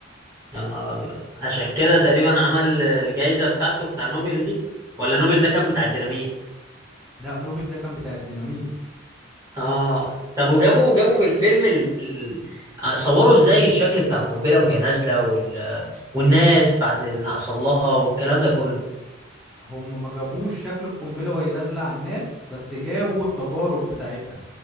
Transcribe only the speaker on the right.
يا نهار ابيض عشان كده تقريبا عمل الجائزه بتاعته بتاع نوبل دي ولا نوبل ده كان بتاع الديناميت
اه طب وجابوا جابوا في الفيلم ال... ال- صوروا ازاي الشكل بتاع القنبله وهي نازله وال... والناس بعد اللي حصل لها والكلام ده كله